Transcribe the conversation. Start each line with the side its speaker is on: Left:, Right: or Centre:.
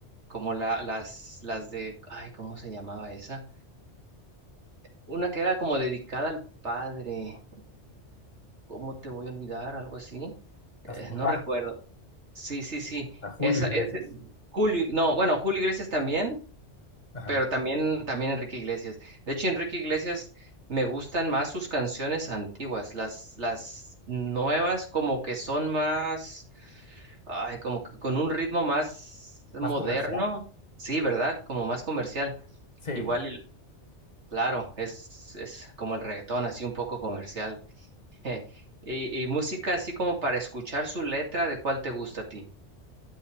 Right: como la, las, las de, ay, ¿cómo se llamaba esa? Una que era como dedicada al padre. ¿Cómo te voy a olvidar? Algo así. Eh,
Left: a su papá,
Right: no recuerdo. Sí, sí, sí.
Left: a Julio
Right: Esa,
Left: Iglesias,
Right: es Julio, no, bueno, Julio Iglesias también,
Left: ajá,
Right: Pero también, también Enrique Iglesias. De hecho, Enrique Iglesias me gustan más sus canciones antiguas. Las, las nuevas como que son más, ay, como que con un ritmo más moderno.
Left: más comercial,
Right: Sí, ¿verdad? Como más comercial.
Left: sí,
Right: Igual, y- claro, es, es como el reggaetón, así un poco comercial. <laughs> Y, y música así como para escuchar su letra, ¿de cuál te gusta a ti?